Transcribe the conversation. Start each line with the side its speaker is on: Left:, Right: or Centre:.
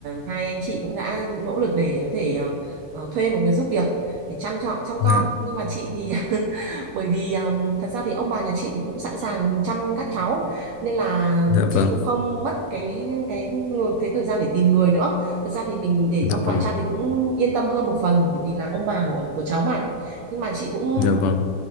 Right: hai anh chị cũng đã nỗ lực để có thể ờ, ờ, thuê một người giúp việc để chăm chọn chăm
Left: dạ
Right: con nhưng mà chị thì <laughs> bởi vì ừm, thật ra thì ông bà nhà chị thì cũng sẵn sàng chăm các cháu nên là
Left: dạ
Right: chị
Left: vâng
Right: cũng không mất cái cái cái thời gian để tìm người nữa thật ra thì mình để
Left: dạ
Right: ông bà
Left: vâng
Right: chăm thì cũng yên tâm hơn một phần bởi vì là ông bà của, của cháu mà nhưng mà chị cũng
Left: dạ vâng